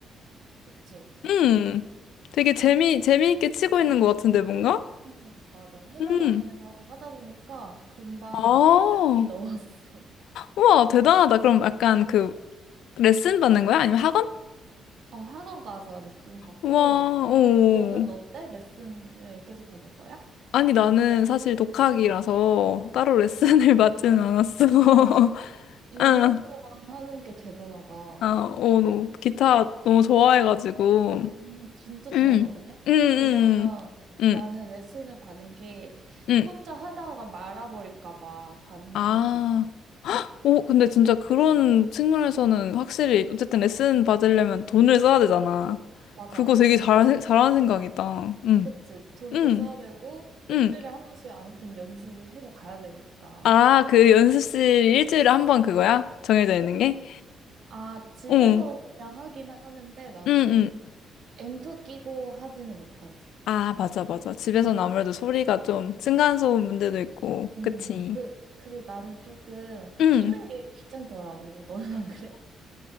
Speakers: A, on the right (about 55°); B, on the left (about 80°).
A: 그치?
B: 음,
A: 뭐,
B: 되게 재미, 재미있게 치고 있는 것 같은데, 뭔가?
A: 응 맞아. 회사
B: 음,
A: 다니면서 하다 보니까 금방
B: 아,
A: 1년이 <laughs> 넘었어.
B: 우와, 대단하다. 그럼 약간 그 레슨 받는 거야? 아니면 학원?
A: 어, 학원 가서 레슨 받고,
B: 우와, 오.
A: 너는 어때? 레슨을 계속 받은 거야?
B: 아니, 나는 사실 독학이라서 따로 레슨을 <laughs> 받지는 않았어. <laughs>
A: 와, 근데 6년
B: 응,
A: 동안 하는 게 대단하다.
B: 아, 어, 너 기타 너무 좋아해가지고.
A: 음, 진짜 좋아하나
B: 응,
A: 보네?
B: 응, 응,
A: 왜냐면
B: 응,
A: 나는
B: 응.
A: 레슨을 받은 게
B: 응.
A: 혼자 하다가 말아버릴까 봐 받는
B: 아.
A: 것도 있고.
B: 오, 근데 진짜 그런 측면에서는 확실히 어쨌든 레슨 받으려면 돈을 써야 되잖아.
A: 맞아.
B: 그거 되게
A: 돈,
B: 잘, 잘하는 생각이다. 응,
A: 그치. 돈도
B: 응,
A: 써야 되고, 일주일에
B: 응.
A: 한 번씩 아무튼 연습을 해서 가야 되니까.
B: 아, 그 연습실 일주일에 한 번 그거야? 정해져 있는 게?
A: 아, 집에서
B: 응,
A: 그냥 하긴 하는데, 나도
B: 응, 응.
A: 앰프 끼고 하지는 못하지.
B: 아, 맞아, 맞아. 집에서는
A: 아,
B: 아무래도 소리가 좀 층간소음 문제도 있고,
A: 응.
B: 그치?
A: 그, 그리고 나는 조금 그
B: 응.
A: 끼는 게 귀찮더라고. <laughs> 너는 안 그래?